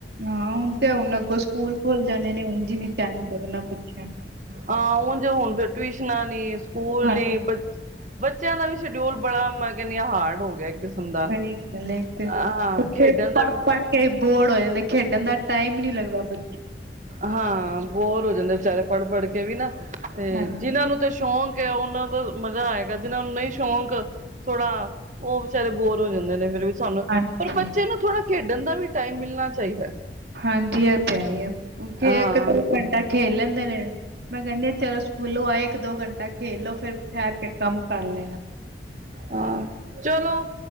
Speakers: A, on the right; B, on the right.
A: ਹਾਂ ਹੁਣ ਤੇ ਹੁਣ ਅੱਗੋਂ ਸਕੂਲ ਖੁੱਲ ਜਾਣੇ ਨੇ ਹੁਣ ਜਿਵੇ ਟਾਈਮ ਲੱਗਣਾ ਬੱਚਿਆਂ ਨੂੰ
B: ਹਾਂ ਹੁਣ ਜ ਹੁਣ ਫਿਰ ਟਿਊਸ਼ਨਾਂ ਨੀ ਸਕੂਲ
A: ਨੂੰ ਹਾਂਜੀ
B: ਨੀ ਬਚ ਬੱਚਿਆਂ ਦਾ ਵੀ ਸ਼ਡਿਊਲ ਬੜਾ ਮੈਂ ਕਹਿੰਦੀ ਹਾਂ ਹਾਰਡ ਹੋ ਗਿਆ। ਕਿਸਮ ਦਾ
A: ਸਹੀ ਗੱਲ ਤੇ
B: ਹਾਂ
A: ਉੱਥੇ
B: ਖੇਡਣ ਦਾ
A: ਪੜ,
B: ਵੀ
A: ਪੜ ਕੇ ਬੋਰਡ ਹੋ ਜਾਂਦਾ ਖੇਡਣ ਦਾ ਟਾਈਮ ਹੀ ਨਹੀਂ ਲੱਗਦਾ ਬ
B: ਹਾਂ ਬੋਰ ਹੋ ਜਾਂਦੇ ਵਿਚਾਰੇ ਪੜ,, ਪੜ ਕੇ ਵੀ ਨਾ ਤੇ
A: ਹਾਂਜੀ
B: ਜਿਹਨਾਂ ਨੂੰ ਤੇ ਸ਼ੌਕ ਉਹਨਾਂ ਦਾ ਮਜ਼ਾ ਆਏਗਾ ਜਿਹਨਾਂ ਨੂੰ ਨਹੀਂ ਸ਼ੌਕ ਥੋੜਾ ਉਹ ਵਿਚਾਰੇ ਬੋਰ ਹੋ ਜਾਂਦੇ ਨੇ ਫਿਰ ਵੀ ਸਾਨੂੰ
A: ਹਾਂਜੀ
B: ਪਰ ਬੱਚੇ ਨੂੰ ਥੋੜਾ ਖੇਡਣ ਦਾ ਵੀ ਟਾਈਮ ਮਿਲਣਾ ਚਾਹੀਦਾ।
A: ਹਾਂਜੀ ਇਹ ਤੇ ਹੈ ਹੀ ਹੈ। ਥੇ
B: ਹਾਂ
A: ਇੱਕ ਦੋ ਘੰਟਾ ਖੇਲ ਲੈਂਦੇ ਨੇ ਮੈਂ ਕਹਿੰਦੀ ਚਲੋ ੂਸਕੁਲੋ ਆਏ ਇੱਕ ਦੋ ਘੰਟਾ ਖੇਲੋ ਫਿਰ ਠਹਿਰ ਕੇ ਕੰਮ ਕਰ ਲੈਣਾ।
B: ਹਾਂ, ਚਲੋ